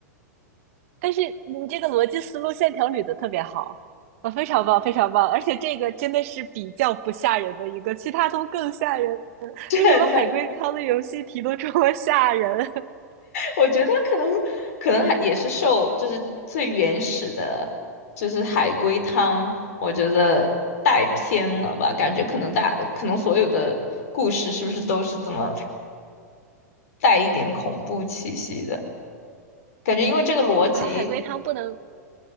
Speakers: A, on the right (about 55°); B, on the left (about 60°).
A: 但是你这个逻辑思路线条捋的特别好，啊，非常棒，非常棒，而且这个真的是比较不吓人的一个，其他都更吓人。<laughs>
B: <laughs> 真的，
A: 为什么海龟汤的游戏题都这么吓人
B: 我觉得可能可能还也是受就是最原始的，就是海龟汤，我觉得带偏了吧，感觉可能大可能所有的故事是不是都是这么带一点恐怖气息的感觉，因为这个逻辑。
A: <laughs> 啊？海龟汤不能，